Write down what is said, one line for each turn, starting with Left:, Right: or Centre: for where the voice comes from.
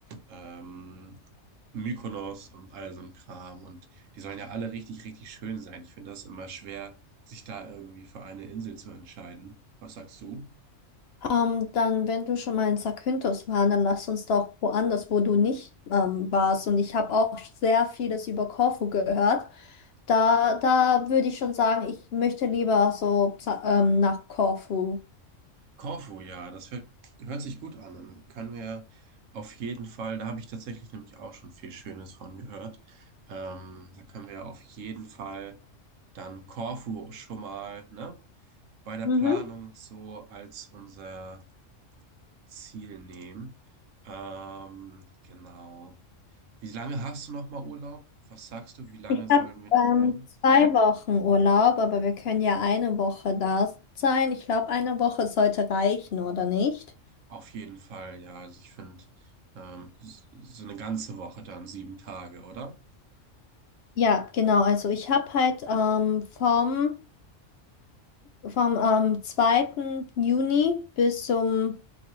Right: ähm, Mykonos und all so ein Kram und die sollen ja alle richtig, richtig schön sein. Ich finde das immer schwer, sich da irgendwie für eine Insel zu entscheiden. Was sagst du?
Left: Ähm, dann, wenn du schon mal in Zakynthos warst, dann lass uns doch woanders, wo du nicht ähm, warst. Und ich habe auch sehr vieles über Korfu gehört. Da, da würde ich schon sagen, ich möchte lieber so za- ähm, nach Korfu.
Right: Korfu, ja, das hört, hört sich gut an. Dann können wir auf jeden Fall, da habe ich tatsächlich nämlich auch schon viel Schönes von gehört. Ähm, da können wir auf jeden Fall dann Korfu schon mal, ne, bei der
Left: Mhm.
Right: Planung so als unser Ziel nehmen. Ähm, genau. Wie lange hast du noch mal Urlaub? Was sagst du? Wie lange
Left: Ich
Right: sollen
Left: habe
Right: wir da
Left: ähm,
Right: bleiben?
Left: zwei Wochen Urlaub, aber wir können ja eine Woche da sein. Ich glaube, eine Woche sollte reichen, oder nicht?
Right: Auf jeden Fall, ja. Also ich finde, ähm, s- so eine ganze Woche dann, sieben Tage, oder?
Left: Ja, genau. Also ich habe halt ähm, vom Vom ähm, 2. Juni bis zum